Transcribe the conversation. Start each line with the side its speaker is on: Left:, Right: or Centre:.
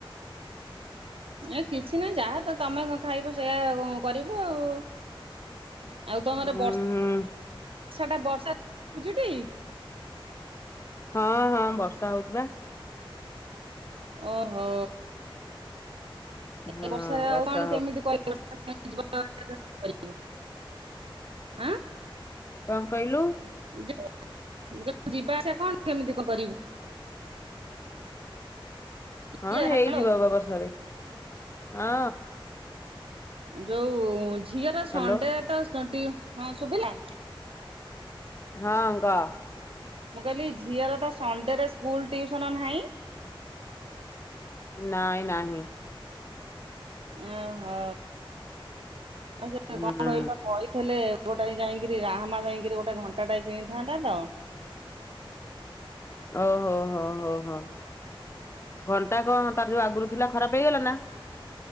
Right: ଏ କିଛି ନାଇଁ ଯାହା ତ ତମେ ଖାଇବ ସେଇଆ କରିବୁ ଆଉ।
Left: <unintelligible>
Right: ଆଉ ତମର
Left: ଉଁ
Right: ବର୍ଷ ଷାଟା ବର୍ଷା ଉଚିଟି?
Left: ହଁ ହଁ ବର୍ଷା ହଉଛି ପା।
Right: ଓହୋ। ଏତେ
Left: ହଁ
Right: ବର୍ଷାରେ ଆଉ
Left: ବର୍ଷା
Right: କଣ କେମିତି
Left: ହଉ
Right: କର <unintelligible> ଆଁ
Left: କଣ କହିଲୁ?
Right: ଯଉ ମୁ କ ଯିବା ଆସିବା କଣ କେମିତି କ କରିବୁ? <inaudible>
Left: ହଁ
Right: ଇଏ
Left: ହେଇଯିବ
Right: ହ୍ୟାଲୋ
Left: ବ ବର୍ଷାରେ ହଁ।
Right: ଯୋଉ ଝିଅର
Left: ହ୍ୟାଲୋ
Right: ସଣ୍ଡେରେ ତ ସ ଟି ହଁ ଶୁଭିଲା?
Left: ହଁ ଙ୍କ
Right: ମୁଁ କହିଲି ଝିଅର ତ ସଣ୍ଡେରେ ସ୍କୁଲ ଟିଉସନ ନାହିଁ?
Left: ନାଇଁ ନାହିଁ।
Right: ଓହୋ ଆଛା
Left: ହୁଁ
Right: କଣ କହିଲ କହିଥିଲେ ଗୋଟାଏ ଯାଇଙ୍କିରି ରାହାମା ଯାଇଙ୍କିରି ଗୋଟେ ଘଣ୍ଟାଟାଏ କିଣିଥାନ୍ତା ତ।
Left: ଓ ହୋ ହୋ ହୋ ହୋ ଘଣ୍ଟା କଣ ତାର ଯୋଉ ଆଗରୁ ଥିଲା ଖରାପ ହେଇଗଲା ନା?